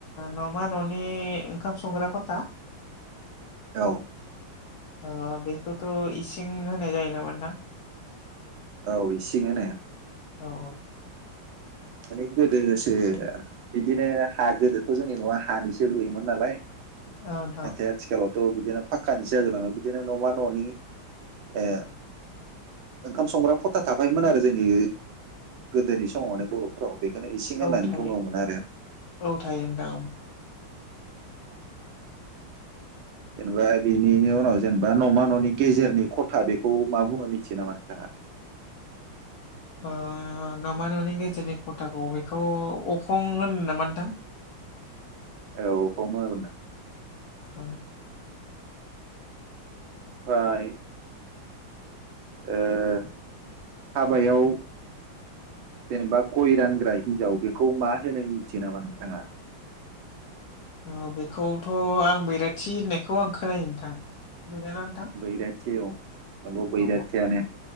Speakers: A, on the left; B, on the right.
A: न'मा न'नि ओंखाम संग्रा खथा
B: औ।
A: ओ बेखौथ' इसिं होनाय जायो नामा नोंथां?
B: औ इसिं होनो।
A: औ औ।
B: माने गोदोसो बिदिनो हा गोदोथ' जोंनि न'आ हानिसो लुयोमोन नालाय
A: औ नोंथां
B: नाथाय आथिखालावथ' बिदिनो फाक्कानिसो जाजोबलाङो बिदिनो न'मा न'नि ओ ओंखाम संग्रा खथा थाफामोन आरो जोंनि गोदोनि समाव माने बर' फोराव बेखौनो इसिं होननानै
A: औ थायो
B: बुङोमोन आरो।
A: औ थायो नोंथां औ।
B: जेनेबा बिनिनि उनाव जेनेबा न'मा न'नि गेजेरनि खथा बेखौ मा बुङो मिथियो नामा नोंथाङा? <inaudible>
A: ओ नोमा न'नि गेजेरनि खथाखौ बेखौ अखं होनो नामा नोंथां?
B: औ अखम <unintelligible>
A: औ।
B: फ्राय ओ हाबायाव जेनेबा गय रानग्रा हिनजाव बेखौ मा होनो मिनथियो नामा नोंथाङा? <inaudible>
A: औ बेखौथ' आं बैराथि होननायखौ आं खोनायो नोंथां। बेनोना नोंथां?
B: बैराथि औ आवबो बैराथियानो।
A: औ